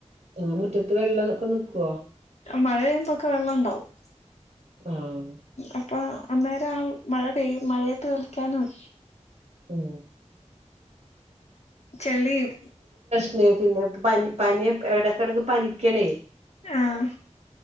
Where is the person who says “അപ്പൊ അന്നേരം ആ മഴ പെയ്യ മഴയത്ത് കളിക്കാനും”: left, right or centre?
Left